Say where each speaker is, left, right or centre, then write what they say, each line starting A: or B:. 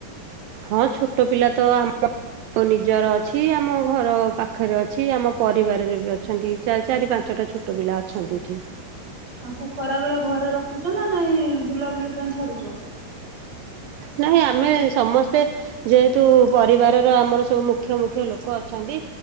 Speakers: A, on the right; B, on the right.
A: ହଁ ଛୋଟ ପିଲା ତ ଆମ ନିଜର ଅଛି, ଆମ ଘର ପାଖରେ ଅଛି, ଆମ ପରିବାରରେ ବି ଅଛନ୍ତି, ଚାରି ପାଞ୍ଚଟା ଛୋଟ ପିଲା ଅଛନ୍ତି ଏଠି।
B: ତାଙ୍କୁ ଖରା ବେଳେ ଘରେ ରଖୁଛ ନା ନାଇଁ ବୁଲାବୁଲି ପାଇଁ ଛାଡୁଛ।
A: ନାଇଁ ଆମେ ସମସ୍ତେ ଯେହେତୁ ପରିବାରର ଆମର ସବୁ ମୁଖ୍ୟ ମୁଖ୍ୟ ଲୋକ ଅ ଅଛନ୍ତି